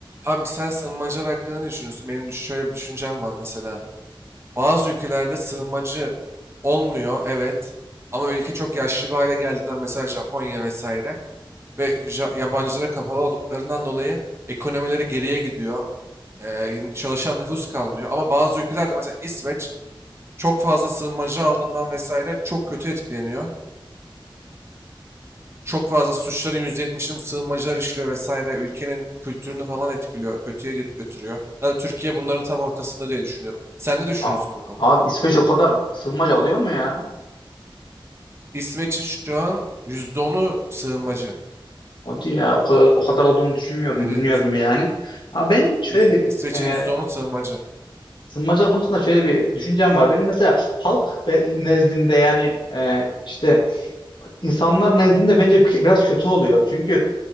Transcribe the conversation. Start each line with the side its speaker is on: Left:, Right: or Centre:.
Right: Abi sen sığınmacılar hakkında ne düşünüyorsun? Benim düş- şöyle bir düşüncem var mesela. Bazı ülkelerde sığınmacı olmuyor evet. Ama ülke çok yaşlı bir hale geldiğinden mesela Japonya vesaire ve Ja- yabancılara kapalı olduklarından dolayı ekonomileri geriye gidiyor. Ee, çalışan nüfus kalmıyor. Ama bazı ülkelerde mesela İsveç çok fazla sığınmacı aldığından vesaire çok kötü etkileniyor çok fazla suçların %70'ini bu sığınmacılar işliyor vesaire. Ülkenin kültürünü falan etkiliyor, kötüye gö- götürüyor. Ya Türkiye bunların tam ortasında diye düşünüyorum. Sen ne düşünüyorsun
Left: A-
Right: bu konuda?
Left: Abi İsveç o kadar sığınmacı alıyor mu ya?
Right: İsveç'in şu an yüzde onu sığınmacı.
Left: Hadi ya o kadar, o kadar olduğunu düşünmüyordum
Right: Evet.
Left: bilmiyordum yani. Ama ben şöyle
Right: İs-
Left: bir
Right: İsveç'in
Left: e,
Right: yüzde onu sığınmacı.
Left: sığınmacılar konusunda şöyle bir düşüncem var. Benim mesela halk be- nezdinde yani e, işte insanlar nezdinde bence biraz kötü oluyor. Çünkü